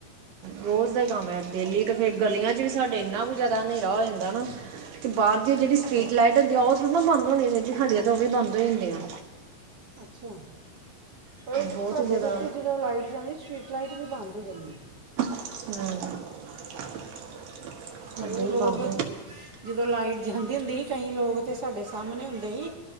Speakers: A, on the right; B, on the right.
A: ਰੋਜ਼ ਦਾ ਕੰਮ ਹੈ, ਡੇਲੀ ਤੇ ਫਿਰ ਗਲੀਆਂ ਚ ਵੀ ਸਾਡੇ ਇੰਨਾ ਕੁ ਜ਼ਿਆਦਾ ਹਨੇਰਾ ਹੋ ਜਾਂਦਾ ਨਾ ਬਾਹਰ ਦੀ ਜਿਹੜੀ
B: ਅੱਛਾ
A: ਸਟਰੀਟ ਲਾਈਟ ਹੁੰਦੀ ਆ ਉਹ ਥੋੜ੍ਹਾ ਬੰਦ ਹੋਣੀ ਚਾਹੀਦੀ ਸਾਡੀਆਂ ਤਾਂ ਉਹ ਵੀ ਬੰਦ ਹੋ ਜਾਂਦੀਆਂ
B: ਅੱਛਾ ਪਰ
A: ਬਹੁਤ
B: ਸਾਡੇ
A: ਹੀ ਜ਼ਿਆਦਾ
B: ਤਾਂ ਇੱਥੇ ਜਦੋਂ ਲਾਈਟ ਜਾਂਦੀ ਸਟਰੀਟ ਲਾਈਟ ਵੀ ਬੰਦ ਹੋ ਜਾਂਦੀ
A: ਹੂੰ <unintelligible>
B: ਪਹਿਲੇ
A: ਏਦਾਂ ਹੀ
B: ਲੋਕ
A: ਬੰਦ
B: ਲੋਕ
A: ਹੋ
B: ਜਦੋਂ ਲਾਈਟ ਜਾਂਦੀ ਹੁੰਦੀ ਸੀ ਕਈ ਲੋਕ ਉਹ ਤੇ ਸਾਡੇ ਸਾਹਮਣੇ ਹੁੰਦੇ ਸੀ,